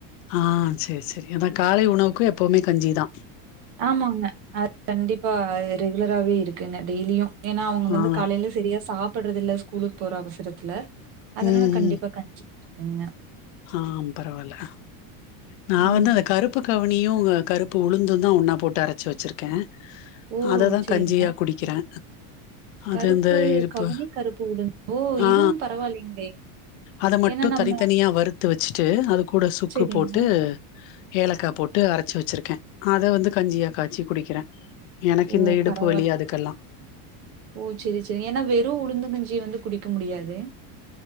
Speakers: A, on the left; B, on the right.
A: ஆ சரி சரி அதா காலை உணவுக்கு எப்பவுமே கஞ்சிதா
B: ஆமாங்க அது கண்டிப்பா ரெகுலராவே இருக்குங்க டெய்லியு ஏன்னா அவங்க வந்து
A: ஆ
B: காலையில சரியா சாப்பிடுறது இல்ல ஸ்கூலுக்கு போற அவசரத்துல அதனால
A: ம்
B: கண்டிப்பா கஞ்சி இருக்குங்க.
A: ஆ பரவாயில்ல நா
B: ம்.
A: வந்து அந்த கருப்பு கருப்பு கவனியு கருப்பு உளுந்துதா ஒன்னா போட்டு அரைச்சி வச்சுருக்கே
B: ஓ!
A: அததா
B: சரிங்க.
A: கஞ்சியா குடிக்கிறே அது
B: கருப்பு
A: இந்த இருப்பு
B: கவினி கருப்பு உளுந்து ஓ
A: ஆ
B: இதுவு பரவாயில்லைங்களே
A: அத மட்டு
B: ஏன்னா நம்ம
A: தனித்தனியா வறுத்து வச்சுட்டு அது கூட சுக்கு
B: சரிங்க.
A: போட்டு ஏலக்கா போட்டு அரைச்சு வச்சிருக்கே அதை வந்து கஞ்சியா காய்ச்சி குடிக்கிறே எனக்கு
B: ஓ!
A: இந்த இடுப்பு
B: பரவால்ல.
A: வலி அதுக்கெல்லா
B: ஓ சரி சரி ஏன்னா வெறும் உளுந்தகஞ்சி வந்து குடிக்க முடியாது